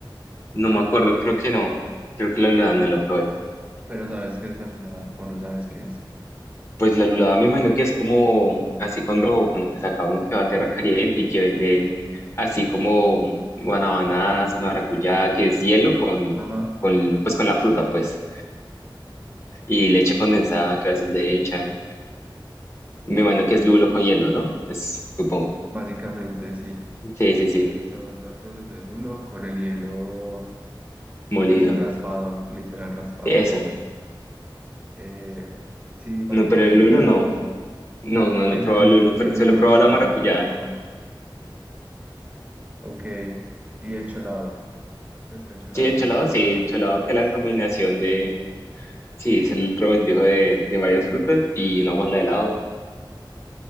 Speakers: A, on the left (about 30°); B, on the right (about 15°).
A: No me acuerdo, creo que no. Creo que la verdad no lo probé.
B: Pero sabes qué es la lulada o no sabes qué es.
A: Pues la lulada me imagino que es como así cuando, bueno, pues acá uno que va a tierra caliente y que venden así como guanabanas o maracuyá, que es hielo con,
B: Ajá.
A: con, pues con la fruta, pues, y leche condensada que a veces le echan. Me imagino que es lulo con hielo, ¿no? Pues supongo.
B: Básicamente sí.
A: Sí, sí, sí,
B: eh, son los trozos de lulo con el hielo,
A: molido.
B: pues raspado, literal raspado,
A: Eso.
B: sí. Eh, sí, básicamente
A: No, pero el lulo
B: es eso.
A: no. No, no, no
B: El,
A: he probado
B: el
A: el lulo,
B: del
A: pero
B: lulo
A: se lo he probado
B: sabe
A: la maracuyá.
B: muy rico. Ok. Y el cholado. Pues que el cholado
A: Sí, el
B: ya
A: cholado,
B: es como
A: sí,
B: con más
A: el cholado
B: frutas.
A: que es la combinación de, sí, es el revoltijo de, de varias frutas y una bola de helado